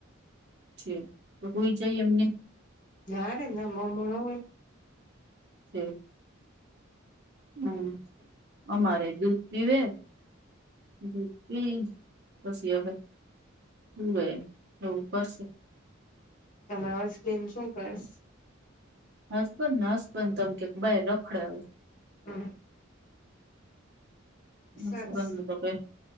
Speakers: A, on the right (about 55°); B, on the left (about 40°).
A: છે તો હોય જાય એમને
B: નારે ના મોમ હોય
A: છે. હમ્મ અમારે દૂધ પીવે દૂધ પી પછી હવે શુંવે એવું કરશે.
B: તમાર હસ બેન શું કરેશ.
A: હસબન્ડ ને હસબન તમ કેઈ રખડશે
B: હા.
A: હસબન
B: સરસ
A: તો કઈ